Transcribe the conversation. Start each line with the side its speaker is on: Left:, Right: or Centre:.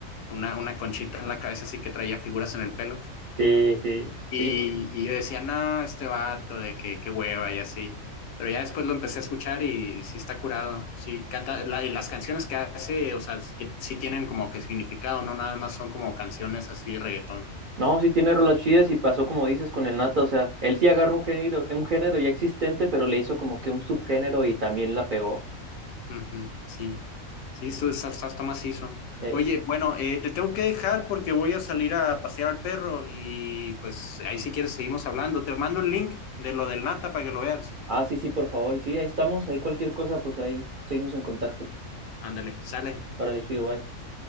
Left: una, una conchita en la cabeza, así que traía figuras en el pelo.
Right: Sí, sí,
Left: Y,
Right: sí.
Left: y yo decía, no, este vato, de que qué hueva y así. Pero ya después lo empecé a escuchar y sí está curado, sí canta, la- y las canciones que hace, o sea, sí, que, sí tienen como que significado, no nada más son como canciones así de reggaetón.
Right: No, sí tiene rolas chidas y pasó como dices con el Nata, o sea, él sí agarró un género, un género ya existente, pero le hizo como que un subgénero y también la pegó.
Left: Ujú, sí, sí, esto es- está, está macizo.
Right: Eh,
Left: Oye, bueno, eh, te tengo que dejar porque voy a salir a pasear al perro y pues ahí si quieres seguimos hablando. Te mando el link de lo del Nata para que lo veas.
Right: ah, sí, sí, por favor. Y sí, ahí estamos, ahí cualquier cosa, pues ahí seguimos en contacto.
Left: Ándale, sale.
Right: Órale, chido, bye.